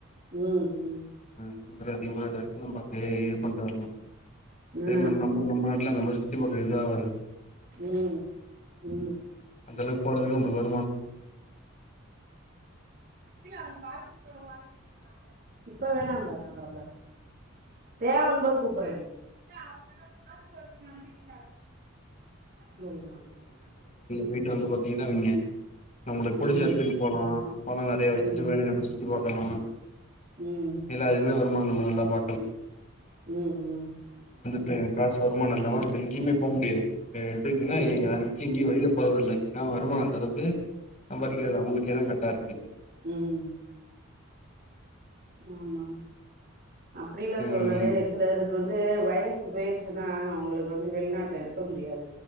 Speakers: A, on the right; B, on the left.
A: ம் ம்
B: இந்த மாரி அதிகமான எடோ இருக்கு நம்ம அங்கயே இது பண்ட்டு வர்லா.
A: ஆ
B: அதே மாரி நம்போ நம்ப நாட் ல அந்த மாரி சுத்தி பாக்குற இதா ஒரு
A: ம் ம்
B: அந்தளவுக்கு போறதுக்கு நம்பளுக்கு வ
A: அவங்க பாத்ரூம் வாங்க சொன்னாங்க இப்ப வேணாம்ம்ப நான் ப தேவைங்க போது கூப்பறேன் ந வருட்டுார இல்ல
B: வீட்ட வந்து பாத்தீங்கன்னு வைங்க நம்மளுக்கு புடிச்ச
A: ம்
B: எடத்துக்கு போலா பணோ நெறையா வச்சுட்டு
A: ம்
B: வேணுங்கறத சுத்தி பாக்கலா
A: ம்
B: இல்ல அது மாரி வ ருமானோ நம்ம நல்லா பாக்க
A: ம் ம்
B: இல்ல எனக்கு காசு வருமானோ இல்லாம நம்ப எங்கயுமே போ முடியாது ஆ எதுக்குன்னா
A: ம்
B: ய யார் வீட்லயி எங்கயு வெளில போறதில்ல ஏன்னா வருமானோ அந்தளவுக்கு சம்பாரிக்கிறது அவங்களுக்கேதா கரெக்டா இருக்கு
A: ம் ஆமா அப்டி இல்ல
B: ம்
A: தோழரே சிலருக்கு வந் து வயசு போயிருச்சுன்னா உங்களுக்கு வந்து வெளிநாட்ல இருக்க முடியாது